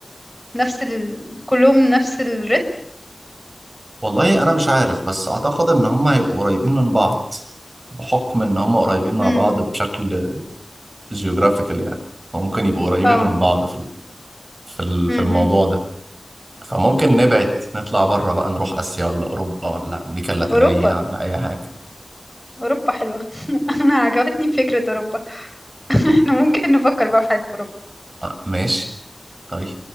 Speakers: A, in the centre; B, on the right (about 45°).
A: نفس ال... كلهم نفس الريتم
B: والله انا مش عارف بس اعتقد ان هم هيبقوا قريبين من بعض بحكم ان هم قريبين مع
A: امم
B: بعض بشكل جيوغرافيكال يعني فممكن يبقوا قريبين
A: اه
B: من بعض في ال- في ال-
A: امم
B: في الموضوع ده فممكن نبعد نطلع بره بقى نروح اسيا ولا اوروبا ولا امريكا اللاتينيه
A: اوروبا
B: ولا اي حاجه
A: اوروبا حلوه <laughs> انا عجبتني فكره اوروبا <laughs> احنا ممكن نفكر بقى في حاجه في اوروبا
B: آه، ماشي طيب